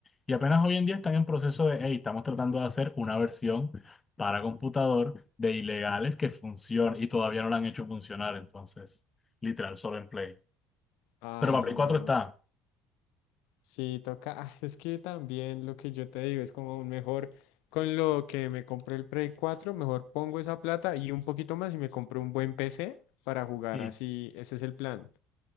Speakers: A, on the left (about 25°); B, on the left (about 65°).
A: y apenas hoy en día están en proceso de, hey, estamos tratando de hacer una versión para computador de ilegales que funcione, y todavía no la han hecho funcionar, entonces, literal, solo en Play.
B: Ay,
A: Pero para Play
B: no.
A: 4 está.
B: Sí, toca. ah, Es que también lo que yo te digo es como un mejor, con lo que me compré el Play 4 mejor pongo esa plata y un poquito más y me compro un buen PC para jugar
A: sí
B: así. Ese es el plan.